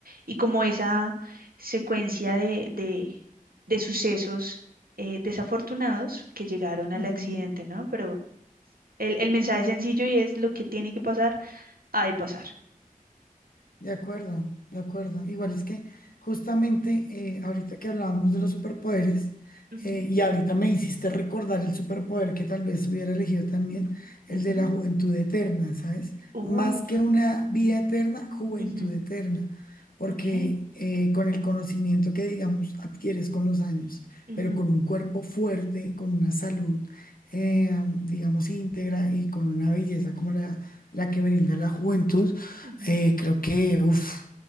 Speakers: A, on the right (about 85°); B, on the left (about 80°).
A: Y como esa secuencia de, de, de sucesos eh, desafortunados que llegaron al
B: ujú.
A: accidente, ¿no? Pero el, el mensaje es sencillo y es lo que tiene que pasar, ha de pasar.
B: De acuerdo, de acuerdo. Igual es que justamente eh, ahorita que hablábamos de los superpoderes
A: Ujú,
B: eh, y ahorita me hiciste recordar el superpoder que tal vez hubiera elegido también, el
A: ujú.
B: de la juventud eterna, ¿sabes?
A: Uh,
B: Más que una vida eterna, juventud
A: ujú,
B: eterna, porque
A: ok.
B: eh, con el conocimiento que, digamos, adquieres con los años,
A: ujú,
B: pero con un cuerpo fuerte, con una salud, eh, digamos, íntegra y con una belleza como la, la que brinda la juventud
A: ujú.
B: eh, creo que, uff,